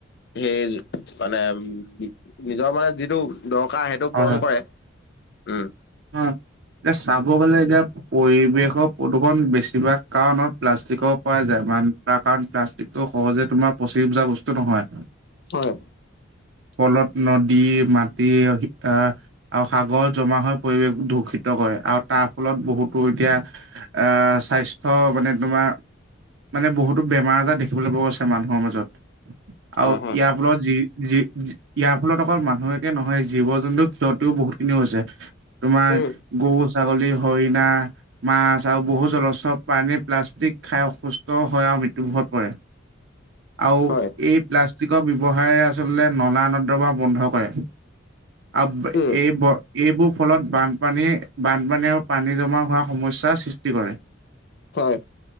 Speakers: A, on the left; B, on the right.
A: হে মানে উ নিজৰ মানে যিটো দৰকাৰ সেইটো
B: হয়
A: পূৰণ কৰে। উম।
B: অ এতিয়া চাব গ'লে এতিয়া পৰিৱেশৰ প্ৰদূষণ বেছিভাগ কাৰণত প্লাষ্টিকৰ পৰা যায়। মান তাৰ কাৰণ প্লাষ্টিকটো সহজে তোমাৰ পচি যোৱা বস্তু নহয়।
A: হ'য়।
B: ফলত নদী, মাটি হিক্‌ আ আৰু সাগৰত জমা হ'য় পৰিৱেশ দূষিত কৰে আৰু তাৰ ফলত বহুতো এতিয়া আ স্বাস্থ্য মানে তোমাৰ মানে বহুতো বেমাৰ আজাৰ দেখিবলৈ পোৱা আছে মানুহৰ মাজত
A: হয়
B: আৰু
A: হয়
B: ইয়াৰ ফলত যি যি ইয়াৰ ফলত অকল মানুহকে একে নহয় জীৱ জন্তু ক্ষতিও বহুত খিনি হৈছে। তোমাৰ
A: উম
B: গৰু, ছাগলী, হৰিণা মাছ আৰু বহু জলচৰ প্ৰাণী প্লাষ্টিক খাই অসুস্থ হৈ আৰু মৃত্যুমুখত পৰে। আৰু
A: হয়
B: এই প্লাষ্টিকৰ ব্যৱহাৰে আচলতে নলা- নৰ্দমা বন্ধ কৰে। আব্‌
A: উম
B: এ ব' এইবোৰ ফলত বানপানী-বানপানী আৰু পানী জমা কৰা সমস্যাৰ সৃষ্টি কৰে।
A: হ'য়।